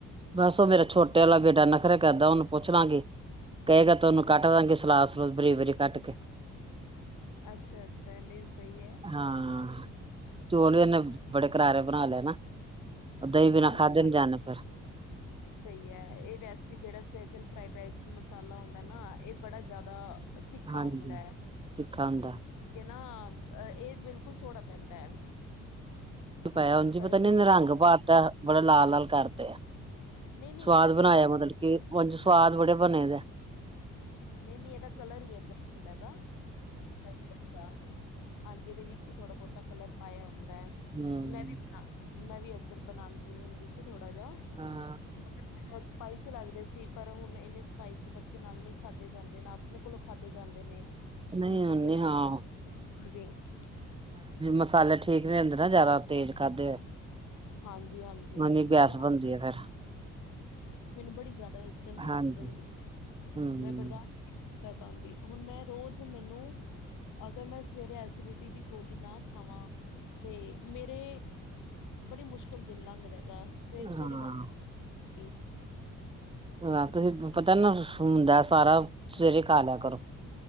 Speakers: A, on the right; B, on the left.
A: ਬਸ ਉਹ ਮੇਰਾ ਛੋਟਾ ਟਟੇ ਵਾਲਾ ਬੇਟਾ ਨਖਰੇ ਕਰਦਾ ਉਹਨੂੰ ਪੁੱਛ ਲਾਂਗੀ ਕਹੇ ਗ ਤੇ ਉਹਨੂੰ ਕੱਟ ਦਾਂਗੀ ਸਲਾਦ ਸਲੂਦ ਬਰੀ ਵਰੀ ਕੱਟ ਕੇ
B: ਅੱਛਾ ਅੱਛਾ ਨਹੀਂ ਸਹੀ ਹੈ
A: ਹਾਂ ਚੋਲ ਵੀ ਇਹਨੇ ਬੜੇ ਕਰਾਰੇ ਬਣਾ ਲਏ ਨਾ ਉਹ ਦਹੀਂ ਬਿਨਾ
B: ਅੱਛਾ
A: ਖਾ ਦੇ ਨ ਜਾਣਾ ਫਿਰ
B: ਸਹੀ ਹੈ ਇਹ ਵੈਸੇ ਵੀ ਜਿਹੜਾ ਸ ਫਰਾਡ ਰਸ ਮਸ ਹੁੰਦਾ ਨਾ ਇਹ ਬੜਾ ਜ਼ਿਆਦਾ ਤਿੱਖਾ
A: ਹਾਂਜੀ
B: ਹੁੰਦਾ ਹੈਕੇ
A: ਤਿੱਖਾ ਹੁੰਦਾ
B: ਨਾ ਅ ਇਹ ਬਿਲਕੁਲ ਥੋੜ੍ਹਾ ਪੈਂਦਾ ਹੈ
A: ਪਾਇਦੀ
B: ਪਰ
A: ਪਤਾ ਨਹੀਂ
B: ਜੇ
A: ਨਿਰੰਗ ਪਾਤਾ ਬੜਾ ਲਾਲ ਲ ਕਰਦੇ ਆ
B: ਨਹੀਂ ਨਹੀਂ
A: ਸਵਾਦ
B: ਇਹਦਾ
A: ਬਣਾਇਆ
B: ਕਲਰ
A: ਮਤਲਬ ਕਿ ਉਝ ਸਵਾਦ ਬੜੇ ਬਣੇ ਦਾ
B: ਨਹੀਂ ਨਹੀਂ ਇਹਦਾ ਕਲਰ ਹੀ ਏਦਾਂ ਹੀ ਹੁੰਦਾ ਹੈ ਗ ਫਡ ਰ ਦਾ ਹਾਂਜੀ ਇਹਦੇ ਵਿੱਚ ਹੀ ਥੋੜਾ ਬਹੁਤਾ ਕਲਰ ਪਾਇਆ ਹੁੰਦਾ ਮੈਂ
A: ਹੂੰ
B: ਵੀ ਬਿ ਮੈਂ ਵੀ ਇੱਧਰ ਬਣਾਉਂਦੀ ਹੁੰਦੀ ਸੀ ਥੋੜਾ
A: ਹਾਂ
B: ਬਦਾ <unintelligible> ਸਪਾਈਸੀ ਲੱਗਦੇ ਸੀ ਪਰ ਹੁਣ ਇੰਨਨੀ ਸਪਾਈਸੀ ਬੱਚੇ ਨਾਲ ਨੀ ਖਾਧੇ ਜਾਂਦੇ ਨੇ ਆਪਣੇ ਕੋਲੋਂ ਖਾਧੇ ਜਾਂਦੇ ਨੇ
A: ਨਹੀਂ ਹਨੀ
B: ਬੱਚੇ ਨੇ
A: ਹਾਂ
B: ਖਾ <unintelligible>
A: ਮਸਾਲੇ ਠੀਕ ਨਹੀਂ ਹੁੰਦੇ ਨਾ ਜ਼ਿਆਦਾ ਤੇਜ਼ ਕਰਦੇ ਹੋਏ
B: ਹਾਂਜੀ ਹਾਂਜੀ
A: ਉਹਦੀ
B: ਮੈਨੂੰ
A: ਗੈਸ
B: ਨਾਨ
A: ਬਣਦੀ ਹੈ ਫੇਰ
B: ਬੜੀ ਜ਼ਿਆਦਾ ਜਲਦੀ ਬਣ
A: ਹਾਂਜੀ
B: ਜਾਂਦੀ
A: ਹਮ
B: ਮੈਂ ਬਰਦਾਸ਼ਤ ਕਰ ਪਾਉਦੀ ਹੁਣ ਮੈਂ ਰੋਜ਼ ਮੈਨੂੰ ਅਗਰ ਮੈਂ ਸਵੇਰੇ ਐਸੀਡਿਟੀ ਦੀ ਗੋਲੀ ਨਾ ਖਾਵਾਂ ਤੇ ਮੇਰੇ ਬੜੇ ਮੁਸ਼ਕਿਲ ਦਿਨ ਲੰਘਦਾ ਸਵੇਰੇ ਸਵੇਰੇ
A: ਹਾਂ
B: ਹੀ ਬੰਦ <unintelligible>
A: ਹ ਤੁਸੀਂ ਪਤਾ ਨਾ ਹੁੰਦਾ ਸਾਰਾ ਸਵੇਰੇ ਖਾ ਲਿਆ ਕਰੋ